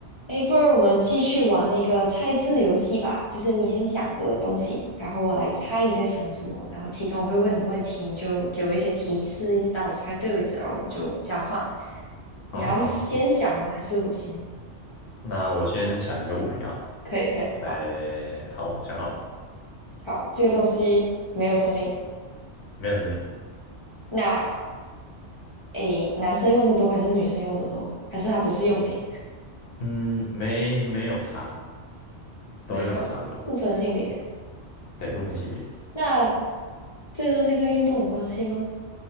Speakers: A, on the left; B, on the left.
A: 哎，不如我们继续玩那个猜字游戏吧。就是你先想个东西，然后我来猜你在想什么，然后其中我会问你问题，你就给我一些提示，一直到我猜对为止，然后我们就交换。你要先想吗？
B: 好啊，好啊，嗯
A: 还是我先？
B: 那我先想一个物品好了。
A: 可以，可以，好，
B: 哎，好，想好了，
A: 好，这个东西没有生命。
B: 没有生命，
A: 那诶，男生用的多还是女生用的多？还是它不是用品？
B: 嗯，没没有差，
A: 没有，
B: 都用的差不多，
A: 不分性别。
B: 对，不分性别，
A: 那这个东西跟运动有关系吗？